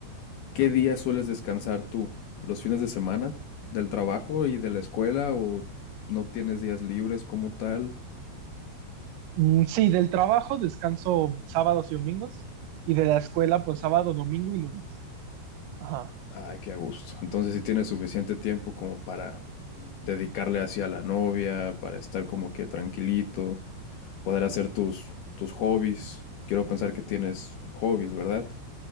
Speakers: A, on the left (about 65°); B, on the right (about 80°).
A: ¿Qué días sueles descansar tú? ¿Los fines de semana? ¿Del trabajo y de la escuela? ¿O no tienes días libres como tal?
B: Mm, Sí, del trabajo descanso sábados y domingos y de la escuela pues sábado, domingo y lunes. Ajá.
A: Ay, qué a gusto. Entonces sí tienes suficiente tiempo como para dedicarle hacia la novia, para estar como que tranquilito, poder hacer tus, tus hobbies. Quiero pensar que tienes hobbies, ¿verdad?